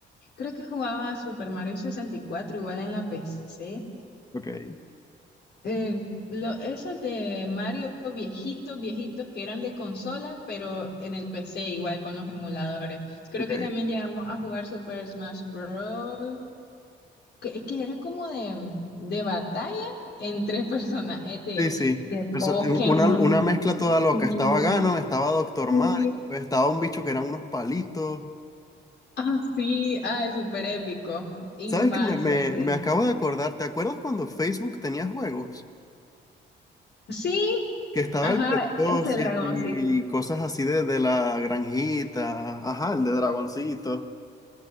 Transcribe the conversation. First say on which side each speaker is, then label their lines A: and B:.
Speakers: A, on the left (about 60°); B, on the left (about 20°).
A: creo que jugaba Super Mario sesenta y cuatro igual en la PC.
B: Ok,
A: Eh, lo, esos de Mario viejitos, viejitos que eran de consola, pero en el PC igual con los emuladores. Creo
B: ok.
A: que también llegamos a jugar Super Smash Bros. Que, que era como de, de batalla entre <laughs> personajes de,
B: Sí, sí.
A: de
B: Perso-
A: Pokémon.
B: Una, una mezcla toda loca.
A: Sí,
B: Estaba Ganon, estaba Doctor
A: sí.
B: Mario, estaba un bicho que eran unos palitos.
A: Ah, sí, ay, súper épico. Infancia,
B: ¿Sabes que me, me,
A: sí.
B: me acabo de acordar? ¿Te acuerdas cuando Facebook tenía juegos?
A: Sí,
B: Que estaba
A: ajá,
B: el Pet Society
A: ese Dragon
B: y cosas así de, de la granjita, ajá, el de Dragoncito.